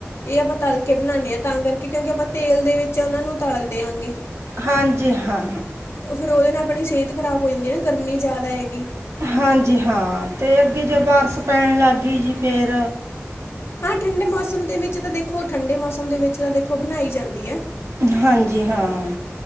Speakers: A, on the left; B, on the right.
A: ਇਹ ਆਪਾਂ ਤਲ ਕੇ ਬਣਾਣੇ ਆ ਤਾਂ ਕਰਕੇ ਕਿਉਂਕਿ ਆਪਾਂ ਤੇਲ ਦੇ ਵਿੱਚ ਉਹਨਾਂ ਨੂੰ ਤਲ ਦਿਆਂਗੇ
B: ਹਾਂਜੀ ਹਾਂ
A: ਫਿਰ ਉਹਦੇ ਨਾਲ ਆਪਣੀ ਸਿਹਤ ਖ਼ਰਾਬ ਹੋ ਜਾਂਦੀ ਨਾ ਗਰਮੀ ਜ਼ਿਆਦਾ ਹੈਗੀ
B: ਹਾਂਜੀ ਹਾਂ ਤੇ ਅੱਗੇ ਜੇ ਬਾਰਸ ਪੈਣ ਲੱਗ ਗਈ ਜੀ ਫੇਰ
A: ਹਾਂ ਠੰਡੇ ਮੌਸਮ ਦੇ ਵਿੱਚ, ਤਾਂ ਦੇਖੋ ਠੰਡੇ ਮੌਸਮ ਦੇ ਵਿੱਚ ਤਾਂ ਦੇਖੋ ਬਣਾਈ ਜਾਂਦੀ ਆ।
B: ਹਾਂਜੀ ਹਾਂ।